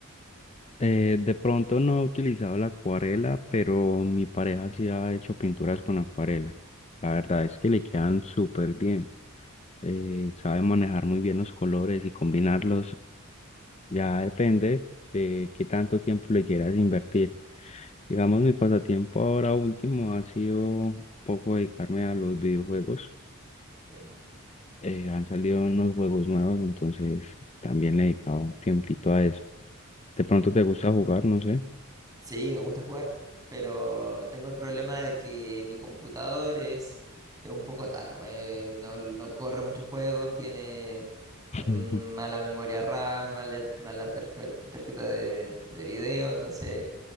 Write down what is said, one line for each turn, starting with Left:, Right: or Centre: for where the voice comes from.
Left: Eh, de pronto no he utilizado la acuarela, pero mi pareja sí ha hecho pinturas con acuarela. La verdad es que le quedan súper bien. Eh, sabe manejar muy bien los colores y combinarlos. Ya depende de qué tanto tiempo le quieras invertir. Digamos, mi pasatiempo ahora último ha sido un poco dedicarme a los videojuegos.
Right: Ok.
Left: Eh, han salido unos juegos nuevos, entonces también le he dedicado tiempito a eso. De pronto te gusta jugar, no sé.
Right: Sí, me gusta jugar, pero tengo el problema de que mi computador es, es un poco tarro, eh, no, no corre muchos juegos, tiene mm,
Left: <laughs>
Right: mala memoria RAM, mala, mala terje- tarjeta de, de video, entonces